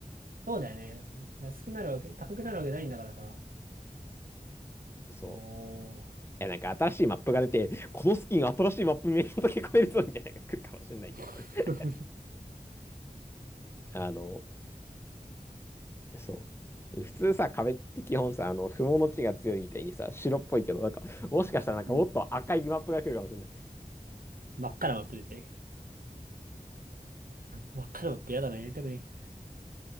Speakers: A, on the right; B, on the left.
A: そうだよね。安くなるわけ、高くなるわけないんだからさ。
B: そ
A: も
B: う。いや、なんか新しいマップが出て、このスキン新しいマップめっちゃ溶け込めるぞみたいなのが来るかもしれないけど。
A: う、
B: <laughs>
A: <laughs>
B: あの、そう。普通さ、壁って基本さ、あの、不毛の地が強いみたいにさ、白っぽいけど、なんか、もしかしたらなんかもっと赤いマップが来るかもしれない。
A: うん。真っ赤なマップ出てる。真っ赤なマップやだな、やりたくね